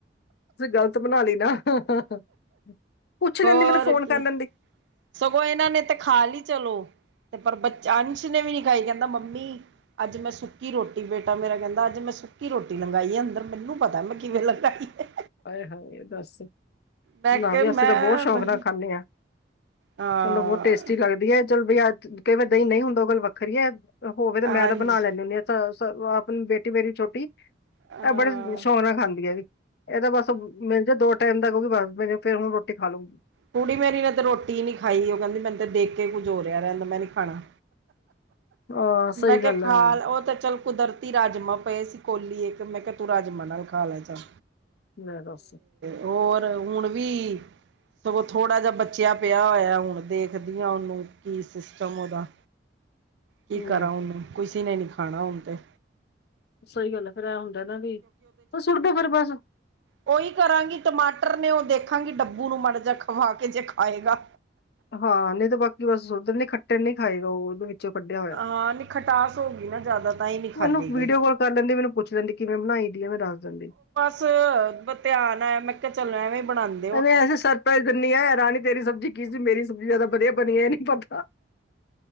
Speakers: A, on the left; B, on the right.
A: ਤੁਸੀਂ ਗ਼ਲਤ ਬਣਾ ਲਈ ਨਾ--ਪੁੱਛ ਲੈਂਦੀ
B: ਹੋਰ
A: ਮੈਨੂੰ ਫੋਨ
B: ਕੀ
A: ਕਰ ਲੈਂਦੀ।
B: ਸਗੋਂ ਇਹਨਾਂ ਨੇ ਤੇ ਖਾ ਲਈ ਚਲੋ ਤੇ ਪਰ ਬਚ ਅੰਸ਼ ਨੇ ਵੀ ਨੀ ਖਾਈ ਕਹਿੰਦਾ-ਮੰਮੀ ਅੱਜ ਮੈਂ ਸੁੱਕੀ ਰੋਟੀ ਬੇਟਾ ਮੇਰਾ ਕਹਿੰਦਾ-ਅੱਜ ਮੈਂ ਕੀ ਰੋਟੀ ਲੰਗਾਈਏ ਅੰਦਰ ਮੈਨੂੰ ਪਤਾ, ਮੈਂ ਕਿਵੇਂ ਲੰਗਾਈ ਹੈ
A: ਹਾਏ ਹਾਏ ਇਹ ਦੱਸ।
B: ਮੈਂ ਕਿਹਾ
A: ਨਾ ਵੀ
B: ਮੈਂ
A: ਅਸੀਂ ਤਾਂ ਬਹੁਤ ਸ਼ੌਕ ਨਾਲ ਖਾਣੇ ਹਾਂ
B: ਹਾਂ
A: ਸਾਨੂੰ ਬਹੁਤ ਟੇਸਟੀ ਲੱਗਦੀ ਹੈ ਚਲ ਬਈ ਕਈ ਵਾਰ ਦਹੀਂ ਨਹੀਂ ਹੁੰਦਾ ਉਹ ਗੱਲ ਵੱਖਰੀ ਹੈ, ਹੋਵੇ ਤੇ
B: ਹਾਂਜੀ
A: ਮੈਂ ਤਾਂ ਬਣਾ ਲੈਣੀ ਹੁਣੀ ਹਾਂ। ਆਪਣੀ ਬੇਟੀ ਮੇਰੀ ਛੋਟੀ
B: ਹਾਂ
A: ਐ ਬੜੇ ਸ਼ੌਂਕ ਨਾਲ ਖਾਂਦੀ ਹੈ। ਇਹ ਤਾਂ ਬਸ ਮਿਲ ਜਾ ਦੋ ਟਾਈਮ ਤਕ ਓਹ ਹੀ ਬਸ ਮੈ ਫੇਰ ਹੁਣ ਰੋਟੀ ਖਾ ਲੂੰਗੀ।
B: ਕੁੜੀ ਮੇਰੀ ਨੇ ਤੇ ਰੋਟੀ ਨੀ ਖਾਈ, ਉਹ ਕਹਿੰਦੀ ਮੈਨੂੰ ਤੇ ਦੇਖ ਕੇ ਕੁੱਝ ਹੋ ਰਿਹਾ ਰਹਿਣ ਦੋ, ਮੈਂ ਨੀ ਖਾਣਾ।
A: ਹਾਂ ਸਹੀ
B: ਮੈਂ ਕਿਹਾ
A: ਗੱਲ
B: ਖਾਲ,
A: ਹੈ
B: ਉਹ ਤੇ ਚੱਲ ਕੁਦਰਤੀ ਰਾਜਮਾ ਪਏ ਸੀ ਕੋਲੀ ਇੱਕ, ਮੈਂ ਕਿਹਾ ਤੂੰ ਰਾਜਮਾ ਨਾਲ ਖਾ ਲੈ ਚਲ।
A: ਲੈ ਦਸ।
B: ਹੋਰ ਹੁਣ ਵੀ ਸਗੋਂ ਥੋੜ੍ਹਾ ਜਿਹਾ ਬਚਿਆ ਪਿਆ ਹੋਇਆ, ਹੁਣ ਦੇਖਦੀ ਹਾਂ ਉਹਨੂੰ ਕੀ ਸਿਸਟਮ ਉਹਦਾ। ਕੀ ਕਰਾਂ,
A: ਲੈ
B: ਓਹਨੂੰ ਕਿਸੀ ਨੇ ਨਹੀਂ ਖਾਣਾ ਹੁਣ ਤੇ।
A: ਸਹੀ ਗੱਲ ਹੈ, ਫੇਰ ਇਹ ਹੁੰਦਾ ਨਾ ਵੀ ਸੁਟ ਦੋ ਫਿਰ ਬਸ।
B: ਓਹੀ ਕਰਾਂਗੀ ਟਮਾਟਰ ਨੇ ਓਹ ਦੇਖਾਂਗੀ ਡੱਬੂ ਨੂੰ ਮਾੜਾ ਜਾ ਖਵਾ ਕੇ ਜੇ ਖਾਏਗਾ।
A: ਹਾਂ ਨਹੀਂ ਤਾਂ ਬਾਕੀ ਬਸ ਓਦਰ ਨੀ ਖੱਟੇ ਨੀ ਖਾਏਗਾ ਉਹਦੋ ਵੀ। ਵਿਚੋ ਕੱਢਿਆ ਹੋਇਆ,
B: ਹਾਂ ਨਹੀਂ ਖਟਾਸ ਹੋ ਗਈ ਨਾ ਜ਼ਿਆਦਾ ਤਾਂ ਹੀ ਨਹੀਂ ਖਾਧੀ
A: ਮੈਨੂੰ
B: ਗਈ
A: ਵੀਡੀਓ ਕਾਲ ਕਰ ਲੈਂਦੇ ਮੈਨੂੰ ਪੁੱਛ ਲੈਂਦੀ, ਕਿਵੇਂ ਬਣਾਈ ਦੀ ਹੈ ਮੈਂ ਦੱਸ ਦਿੰਦੀ।
B: ਬ ਧਿਆਨ ਆਇਆ, ਮੈਂ ਕਿਹਾ ਚੱਲ ਐਵੇਂ ਬਣਾਉਂਦੀ
A: ਪਹਿਲੇ ਐ ਨਾ ਸਰਪਰ ਗੰਨੀ ਹੈ, ਰਾਣੀ ਤੇਰੀ ਸਬਜ਼ੀ ਕੀ ਸੀ, ਮੇਰੀ ਸਬਜ਼ੀ ਜਿਆਦਾ ਵਧੀਆ ਬਣੀ ਹੈ ਇਹ ਨੀ ਪਤਾ।